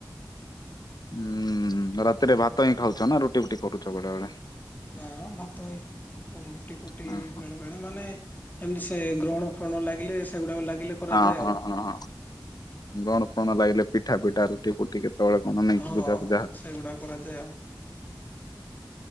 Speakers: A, on the left; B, on the left.
A: ହୁଁ ରାତିରେ ଭାତ ହିଁ ଖାଉଛ ନା ରୁଟି ଫୁଟି କରୁଛ ବେଳେ ବେଳେ
B: ନା ଭାତ ହ ରୁଟି ଫୁଟି
A: ଓହୋ
B: ବେଳେ ବେଳେ ମାନେ ଏମତି ସେ ଗ୍ରହଣ ଫ୍ରରଣ ଲାଗିଲେ ସେଗୁଡାକ ଲାଗିଲେ କରାଯାଏ
A: ହଁ ହଁ
B: ଆଉ।
A: ହଁ ହଁ ଗଣ ଫଣ ଲାଗିଲେ ପିଠା ପିଠା ରୁଟି କୁଟି କେତେ କେତେବେଳେ କଣ ନେଇକି
B: ହଁ
A: ବୁଜା ଫୂଜା ହେଲା
B: ସେଗୁଡାକ କରାଯାଏ ଆଉ